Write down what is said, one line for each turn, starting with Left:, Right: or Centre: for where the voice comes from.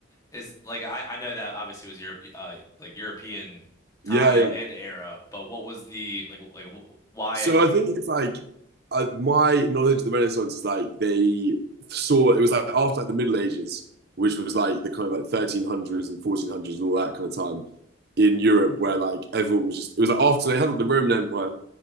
Left: Is like I I know that obviously was Europe, uh, like European
Right: yeah,
Left: time
Right: Yeah,
Left: and era, but what was the like like why?
Right: So I think it's like uh, my knowledge of the Renaissance is like they saw it was like after like the Middle Ages, which was like the kind of like 1300s and 1400s and all that kind of time in Europe, where like everyone was just it was like after they had like, the Roman Empire,